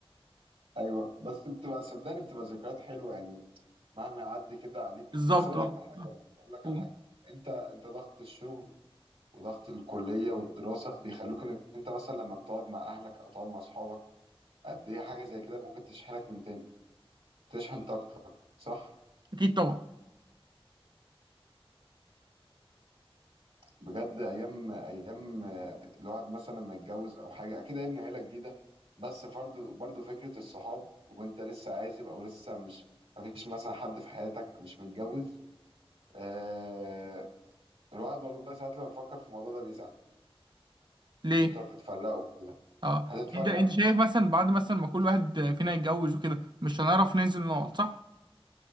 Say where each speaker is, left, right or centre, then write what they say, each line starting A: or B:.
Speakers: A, on the right; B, on the right.
A: ايوه بس بتبقى صدقني بتبقى ذكريات حلوه يعني مهما يعدي كده عليك
B: بالظبط
A: بس اقول
B: اه
A: لك على حاجه
B: آه،
A: برضه اقول لك
B: قول.
A: على حاجه انت انت ضغط الشغل وضغط الكليه والدراسه بيخلوك ان انت مثلا لما بتقعد مع اهلك او تقعد مع اصحابك قد ايه حاجه زي كده ممكن تشحنك من تاني تشحن طاقتك صح
B: اكيد طبعا
A: بجد ايام ايام آه، الواحد مثلا لما يتجوز او حاجه اكيد هيبني عيله جديده بس برضه برضه فكره الصحاب وانت لسه عازب او لسه مش مفيش مثلا حد في حياتك مش متجوز آه الواحد والله ساعات لما بيفكر في الموضوع ده بيزعل
B: ليه
A: ان انتوا هتتفرقوا كده
B: اه
A: هتتفرقوا
B: انت انت شايف مثلا بعد مثلا ما كل واحد فينا يتجوز وكده مش هنعرف ننزل نقعد صح